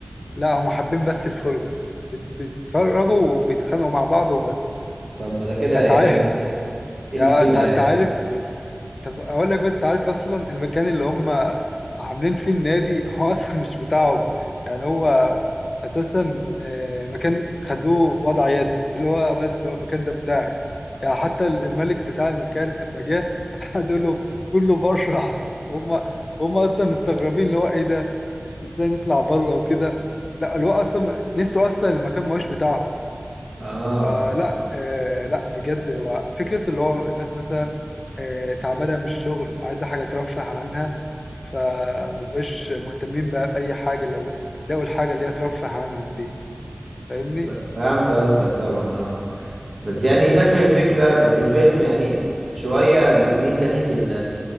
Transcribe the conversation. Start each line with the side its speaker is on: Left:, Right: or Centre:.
Left: لا هم حابين بس الفرجة بت- بيتفرجوا وبيتخانقوا مع بعض وبس
Right: طب ما ده كده
Left: يعني تعرف
Right: ايه ده
Left: <laughs>
Right: ايه الفايدة
Left: يعني تعرف طب اقول لك بس انت عارف اصلا المكان اللي هم عاملين فيه النادي هو <laughs> اصلا مش بتاعهم يعني هو اساسا آه، مكان خدوه وضع يد اللي هو بس هو المكان ده بتاعي يعني حتى الملك بتاع المكان اما جه <laughs> قال لهم كله بره <laughs> هم هم اصلا مستغربين اللي هو ايه ده ازاي نطلع بره وكده لا اللي هو اصلا نسوا اصلا المكان ما هوش بتاعهم
Right: اه
Left: فلا آه لا بجد هو فكرة اللي هو الناس مثلا آه تعبانة من الشغل عايزة حاجة ترفه عنها فمبقاش مهتمين بقى بأي حاجة لو لقوا الحاجة اللي هي ترفه عنهم دي فاهمني؟
Right: ف- فهمت قصدك طبعا اه بس يعني شكل الفكرة بتاعت الفيلم يعني شوية بتميل ناحية ال-